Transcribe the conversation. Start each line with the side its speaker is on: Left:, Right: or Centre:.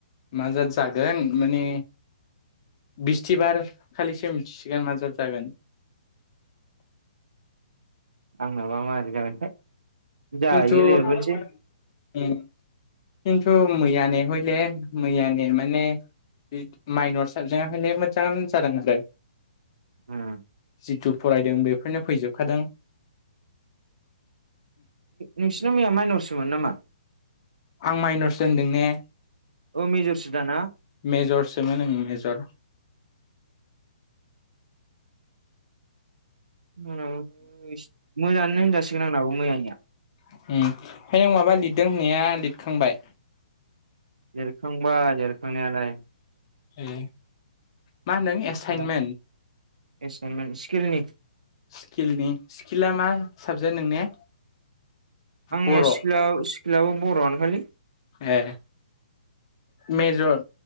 Left: मा जा-जागोन माने बिस्थिबार खालिसो मिथिसिगोन मा जा-जागोन
Right: आंनाबा मादि जागोनथाय जायो
Left: खिन्थु
Right: लिरबोनोसै
Left: उम खिन्थु मैया ने हयले मैयानि माने इ माइन'र साबजेक्टआ हले मोजाङानो जादों आरो।
Right: उम
Left: जिथु फरायदों बेफ फोरनो फैजोबखादों।
Right: नोंसिना मैया माइन'रसमोन नामा?
Left: आं माइन'रसो होनदों ने?
Right: औ मेजरसो दाना
Left: मेजरसोमोन ओं मेजर।
Right: आंनाबो मोजाङानो होनजासिगोन आंनाबो मैयानिया।
Left: ओमफ्राय आं माबा लिरदों होननाया लिरखांबाय?
Right: लिरखांबाय लिरखांनायालाय।
Left: ए मा होनदों
Right: गैथ'ला
Left: एसाइनमेन्ट?
Right: एसाइनमेन्ट स्किलनि।
Left: स्किलनि, स्किला मा साबजेक्ट नोंने?
Right: आंने
Left: बर'
Right: सिकेलाव सि लाव बर'आनो खालै।
Left: ए मेजर